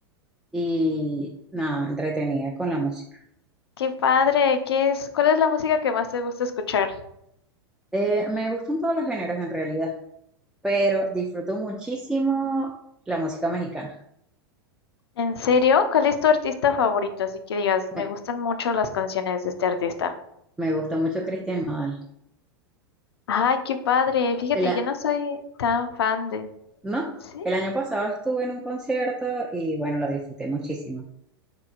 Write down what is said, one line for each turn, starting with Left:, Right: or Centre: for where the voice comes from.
Centre: y nada, entretenida con la música.
Left: Qué padre. ¿Qué es? ¿Cuál es la música que más te gusta escuchar?
Centre: Eh, me gustan todos los géneros en realidad, pero disfruto muchísimo la música mexicana.
Left: ¿En serio? ¿Cuál es tu artista favorito? Así que digas, me
Centre: Me,
Left: gustan mucho las canciones de este artista.
Centre: me gusta mucho Cristian Nodal.
Left: Ay, qué padre. Fíjate,
Centre: El,
Left: yo no soy tan fan de...
Centre: No,
Left: ¿Sí?
Centre: el año pasado estuve en un concierto y bueno, lo disfruté muchísimo.